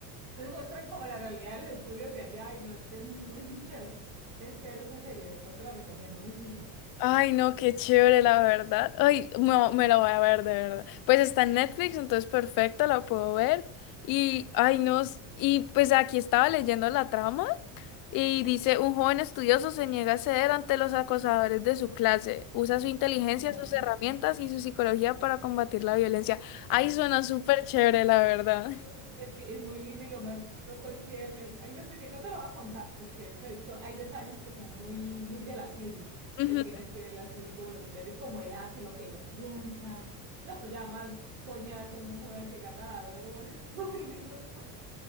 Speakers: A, on the right; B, on the left.
A: Entonces muestran como la realidad de los estudios de allá y no, es que es muy, muy, muy chévere. Tienes que ver esa serie, de verdad te la recomiendo muchísimo.
B: Ay, no, qué chévere, la verdad. Ay, no, me la voy a ver, de verdad. Pues está en Netflix, entonces perfecto, la puedo ver. Y, ay, no, s- y pues aquí estaba leyendo la trama y dice, un joven estudioso se niega a ceder ante los acosadores de su clase. Usa su inteligencia,
A: Ajá.
B: sus herramientas y su psicología para combatir la violencia. Ay, suena súper chévere, la verdad.
A: Uy,
B: <laughs>
A: Es que es muy lindo y lo más loco es que el, el- hay unos que te- no te lo voy a contar porque soy- so- hay detalles que son muy, muy de la serie.
B: Ujú.
A: Entonces tienes que verla así, como los detalles, como él hace, lo que él piensa. No, eso ya más coñazo, no juega que gata la ladrona. <laughs>